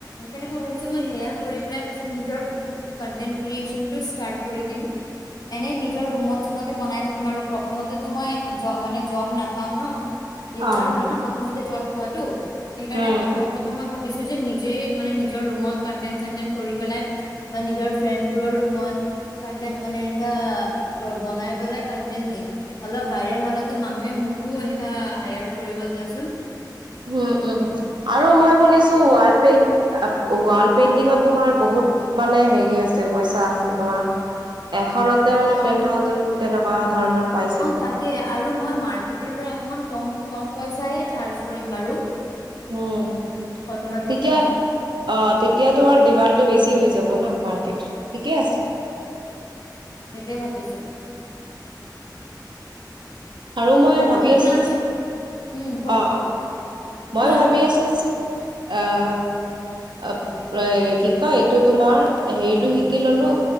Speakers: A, on the left; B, on the right.
A: সেইকাৰণে মই ভাবছো মই সেয়া কৰি পেলাই তাৰিছ নিজ কেন্টেট ক্ৰিচনৰ ষ্টাৰ্ট কৰি দিম এনেই নিজৰ ৰুমত চুমতে বনাই থাকিম আৰু প্ৰথমতেতো মই মানে জব পাও ন দিগদাৰ
B: অ
A: হয় ন প্ৰথমতে জৱ পোৱাতটো সেইকাৰণে
B: উম
A: প্ৰথম, প্ৰথম মই ভাবিছো যে নিজেই মানে নিজৰ ৰুমত কন্টেন চেন্টন কৰি পেলাই বা নিজৰ ফ্ৰেণ্ডবোৰৰ ৰুমত কন্টেন মানে এনেকা বনাই পেলাই কন্টেন দিম অলপ ভাইৰেল হলেতো মানুহে এনেকা হায়াৰ কৰিব দিয়াচোন
B: উম, উম আৰু মই শুনিছো ৱাল পেইণ্টি ৱাল
A: অ
B: পেইণ্টিঙত
A: কোৱা
B: তোমাৰ বহুত মানে হেৰি আছে পইচা আছে তোমাৰ এখনতে মানে
A: অ
B: টেন থাউজেন তেনেকুৱা ধৰণৰ পাই চাগে
A: অ', তাকে আৰু মই মাৰ্কেটৰ পৰা অকমান কম, কম পইচাইে চাৰ্জ কৰিম বাৰু
B: উম।
A: প্ৰথমে, প্ৰথমে
B: তেতিয়া অ', তেতিয়াটো আৰু ডিমাণ্ডটো বেছি হৈ যাব ন, মাৰ্কেটত, ঠিকে আছে
A: সেইটোৱে ভাবিছো
B: আৰু মই
A: তা
B: ভাবি
A: তুমি
B: আছো,
A: আৰু উম কোৱা
B: অ', অ', মই
A: কোৱা
B: ভাবি আছো যে, আহ, অ', কি কয়, এইটো তোমাৰ, হেৰিটো শিকি ললো,